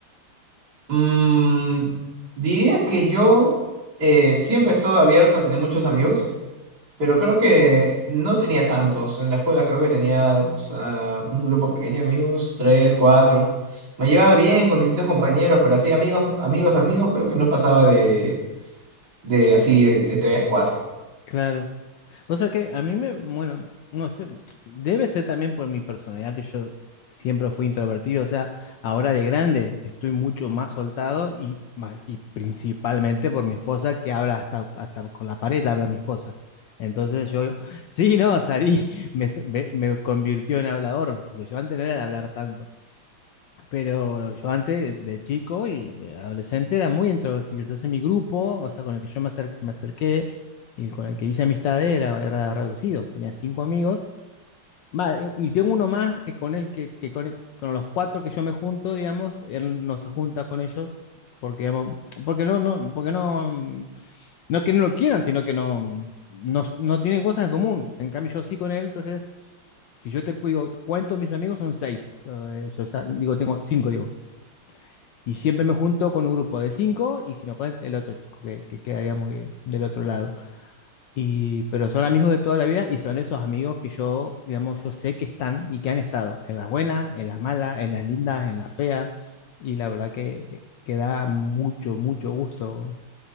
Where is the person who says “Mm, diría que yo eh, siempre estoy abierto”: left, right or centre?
Right